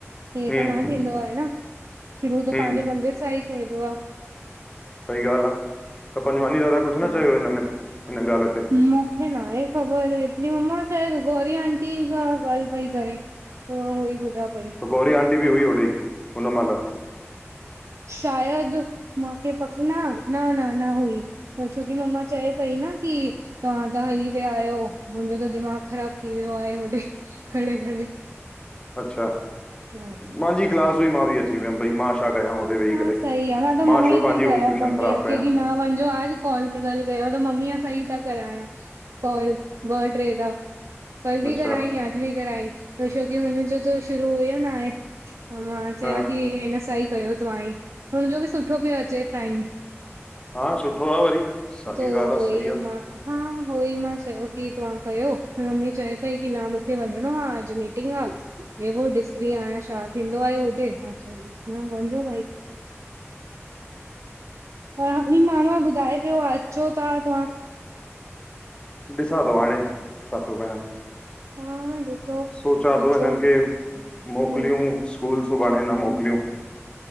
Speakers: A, on the right; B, on the left.
A: हीअं
B: हम्म
A: त न थींदो आहे न शुरू त
B: हम्म
A: पंहिंजे मंदिर सां ई थींदो आ।
B: सही ॻाल्ह आ, त पंजवानी दादा
A: उहोई
B: कुछ न
A: आहे।
B: चयो हिनमें हिन ॻाल्ह
A: मूंखे नाहे ख़बर हेतरी मम्मा -- शायद गोौरी आंटी खां ॻाल्ह पई करे त मां उहो ई ॿुधां पई --
B: त गौरी आंटी बि हुई होॾे हुन महल,
A: शायद मांखे पक न -न -न -न हुई, छोकी मम्मा चए पई न की तव्हां त हली विया आहियो, मुंहिंजो त दिमाग़ ख़राब थी वियो आहे, होॾे खड़े खड़े।
B: अच्छा
A: हा
B: मांजी क्लास हुई मां बि अची वियम भई मां छा कयां
A: हा
B: होॾे वेही
A: न
B: करे
A: सही आ मां त मना
B: छो
A: ई
B: पंहिंजी
A: पई कयां
B: होम ट्यूशन
A: मम्मीअ
B: ख़राबु कयां
A: खे की न वञजो आज कॉल ते ॻाल कयांउ त मम्मीअ सां ई त करायां कॉल ॿ ट्रे त कल बि
B: अच्छा
A: कराई आज बि कराई, छोकी हुननजो त शुरू हुयो नाहे मां चयो
B: हा
A: की हिन सा ई कयो तव्हां ई हुनजो बि सुठो पयो अचे टाइम,
B: हा सुठो आ वरी साॻी
A: तो
B: ॻाल्हि
A: उहो
B: आ सही
A: ई
B: आ।
A: मां हा उहो ई मां चयो कि तव्हां कयो, मम्मी चए पई कि न मूंखे वञिणो आ, अॼु मीटिंग आ। हे वो ॾिसदी आहियां छा थींदो आहे होॾे हा वञिजो भाई। हाणी मामा ॿुधाए पियो, अचो ता तहां।
B: ॾिसां तो हाणे, छा तो कयां?
A: हा ॾिसो
B: सोचां
A: अचो
B: थो, हिननि खे मोकिलियूं।
A: हूं
B: स्कूल सुभाणे न मोकिलियूं।